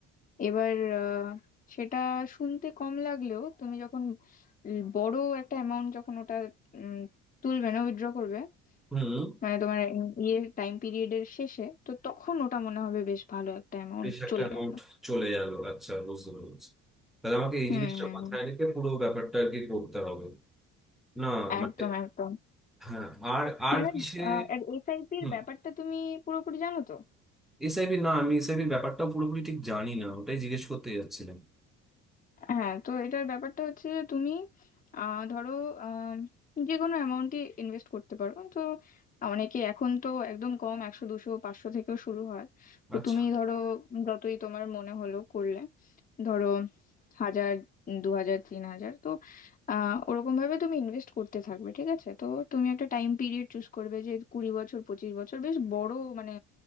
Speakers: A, on the left; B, in the centre.
A: এবার আহ, সেটা শুনতে কম লাগলেও তুমি যখন উম, বড় একটা অ্যামাউন্ট যখন ওটা উম, তুলবে না উইথড্র করবে
B: হুম
A: মানে তোমার ইয়ে টাইম পিরিয়ডের শেষে তো তখন ওটা মনে হবে বেশ ভালো একটা অ্যামাউন্ট
B: বেশ একটা
A: চলে
B: অ্যামাউন্ট
A: গেল
B: চলে গেল আচ্ছা বুঝতে পেরেছি তাহলে আমাকে এই
A: হুম
B: জিনিসটা
A: হুম
B: মাথায়
A: হুম।
B: রেখে পুরো ব্যাপারটা আর কি করতে হবে না মানে
A: একদম একদম
B: হ্যাঁ আর আর
A: মানে
B: কিসে
A: এর এসআইপি
B: হুম
A: এর ব্যাপারটা তুমি পুরোপুরি জানো তো
B: এসআইবি না আমি এসআইবির ব্যাপারটা পুরোপুরি ঠিক জানি না ওটাই জিজ্ঞেস করতে যাচ্ছিলাম
A: হ্যাঁ তো এটার ব্যাপারটা হচ্ছে যে তুমি আহ, ধরো আম, যে কোনো অ্যামাউন্টই ইনভেস্ট করতে পারো তো অনেকে এখন তো একদম কম একশো দুশো পাঁচশো থেকেও শুরু হয় তো
B: আচ্ছা
A: তুমি ধরো যতই তোমার মনে হলো করলে ধরো হাজার দু হাজার তিন হাজার তো আহ ওরকম ভাবে তুমি ইনভেস্ট করতে থাকবে ঠিক আছে তো তুমি একটা টাইম পিরিয়ড চুজ করবে যে কুড়ি বছর পঁচিশ বছর বেশ বড় মানে